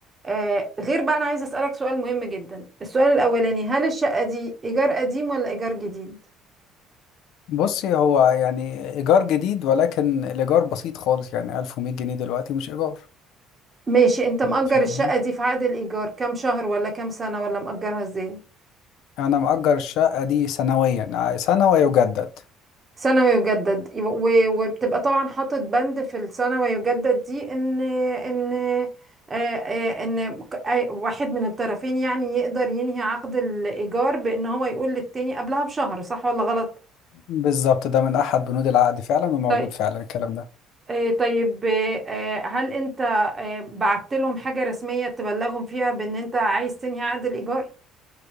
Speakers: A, on the right; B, on the left.
A: آه، غير بقى أنا عايزة أسألك سؤال مهم جدا السؤال الأولاني هل الشقة دي إيجار قديم ولا إيجار جديد؟
B: بصي هو يعني إيجار جديد ولكن الإيجار بسيط خالص يعني 1100 جنيه دلوقتي مش إيجار
A: ماشي أنت مأجر
B: فاهمين
A: الشقة دي في عقد الإيجار كام شهر ولا كام سنة ولا مأجرها إزاي؟
B: انا مأجر الشقة دي سنويا آه، سنة ويجدد
A: ثانوي يجدد يب- و- وبتبقى طبعا حاطط بند في الثانوي يجدد دي ان ان آه، آه، ان ك- أي- واحد من الطرفين يعني يقدر ينهي عقد الايجار بان هو يقول للتاني قبلها بشهر صح ولا غلط
B: بالظبط ده من احد بنود العقد فعلا وموجود
A: طيب
B: فعلا الكلام ده
A: آه، طيب آه، آه، هل انت آه، بعت لهم حاجة رسمية تبلغهم فيها بان انت عايز تنهي عقد الايجار